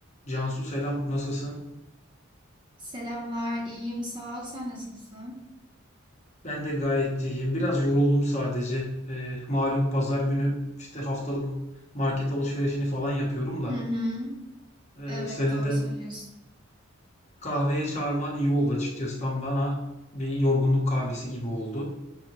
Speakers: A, on the left (about 30°); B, on the right (about 20°).
A: Cansu selam, nasılsın?
B: Selamlar, iyiyim, sağ ol. Sen nasılsın?
A: Ben de gayet iyiyim. Biraz yoruldum sadece. Ee, malum pazar günü işte haftalık market alışverişini falan yapıyorum da.
B: Hı hı.
A: Ee,
B: Evet,
A: seni
B: doğru
A: de
B: söylüyorsun.
A: kahveye çağırman iyi oldu açıkçası. Tam bana bir yorgunluk kahvesi gibi oldu.